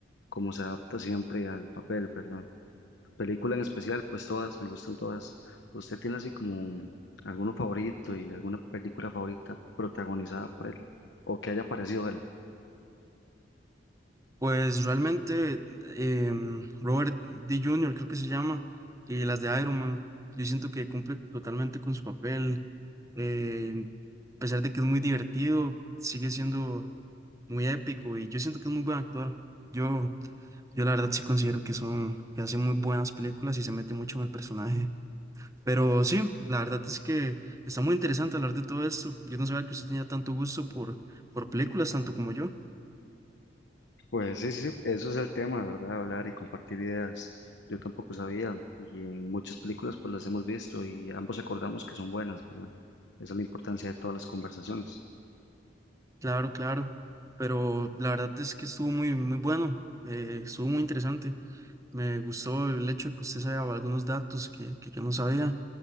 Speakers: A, on the left; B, on the right.
A: cómo se adapta siempre al papel, ¿verdad? Película en especial, pues todas, me gustan todas. ¿Usted tiene así como un- alguno favorito y alguna película favorita protagonizada por él o que haya aparecido él?
B: Pues realmente eh, mm, Robert D. Jr., creo que se llama, y las de Iron Man, yo siento que cumple totalmente con su papel, eh, a pesar de que es muy divertido, sigue siendo muy épico y yo siento que es muy buen actor. Yo, yo la verdad sí considero que son, que hace muy buenas películas y se mete mucho en el personaje. Pero sí, la verdad es que está muy interesante hablar de todo esto. Yo no sabía que usted tenía tanto gusto por, por películas, tanto como yo.
A: Pues sí, sí, eso es el tema, ¿verdad? Hablar y compartir ideas. Yo tampoco sabía y en muchas películas pues las hemos visto y ambos acordamos que son buenas, ¿verdad? Esa es la importancia de todas las conversaciones.
B: Claro, claro. Pero la verdad es que estuvo muy, muy bueno. eh, estuvo muy interesante. Me gustó el hecho de que usted sabía algunos datos que, que yo no sabía.